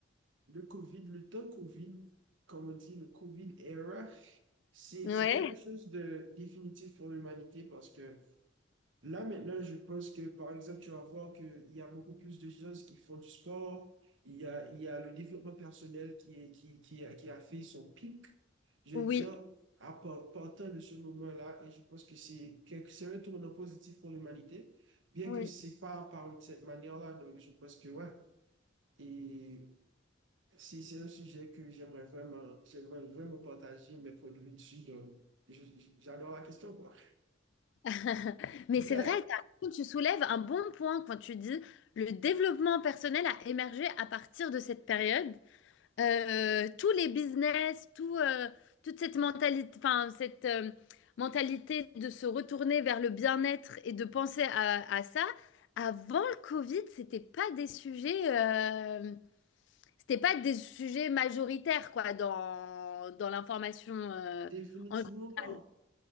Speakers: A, on the right; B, on the left.
A: le Covid, le temps Covid, comme on dit, le Covid era, c'est
B: ouais,
A: c'est quelque chose de définitif pour l'humanité parce que là, maintenant, je pense que, par exemple, tu vas voir qu'il y a beaucoup plus de gens qui font du sport, il y a, il y a le développement personnel qui est, qui, qui a, qui a fait son pic, je
B: oui,
A: veux dire, à par- partant de ce moment-là, et je pense que c'est quelque- c'est un tournant positif pour l'humanité, bien
B: oui.
A: que c'est pas apparu de cette manière-là, donc je pense que, ouais, et si c'est un sujet que j'aimerais vraiment, j'aimerais vraiment partager mes points de vue dessus, donc je- je- j'adore la question, quoi.
B: <laughs> Mais
A: Mais
B: c'est vrai, t'as raison, tu soulèves un bon point quand tu dis le développement personnel a émergé à partir de cette période. Euh, euh, tous les business, tout, euh, toute cette mentalité, enfin, cette euh, mentalité de se retourner vers le bien-être et de penser à, à ça, avant le Covid, c'était pas des sujets, euh, c'était pas des sujets majoritaires, quoi, dans, dans l'information, euh,
A: définitivement
B: en général.
A: pas.